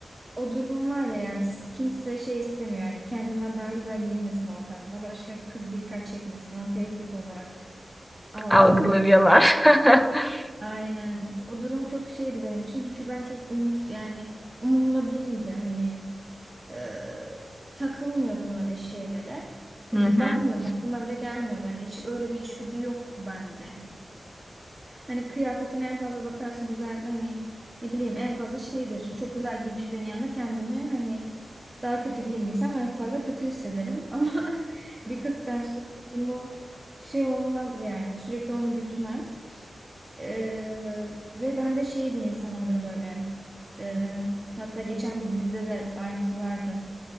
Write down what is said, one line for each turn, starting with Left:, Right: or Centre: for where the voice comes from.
Right: O durum var ya yani kimse şey istemiyor yani kendinden daha güzel giyinmesin ortamda başka kız dikkat çekmesin onu tehdit olarak algılıyor
Centre: algılıyorlar.
Right: falan.
Centre: <laughs>
Right: Aynen o durum çok şeydi benim için çünkü ben çok umur yani umurumda değildi hani e, takılmıyordum öyle şeylere.
Centre: Hı
Right: E,
Centre: hı.
Right: bakmıyordum aklıma bile gelmiyordu. Yani hiç öyle bir içgüdü yok bende. Hani kıyafetine en fazla bakarsın güzel hani ne bileyim en fazla şeydir. Çok güzel giymiş birinin yanında kendimi hani daha kötü giyindiysem en fazla kötü hissederim. <laughs> Ama bir kıskançlık durumu şey olmaz yani. Sürekli onu gütmem. E, ve ben de şey bir insanımdır böyle. E, hatta geçen bir dizide de aynısı vardı.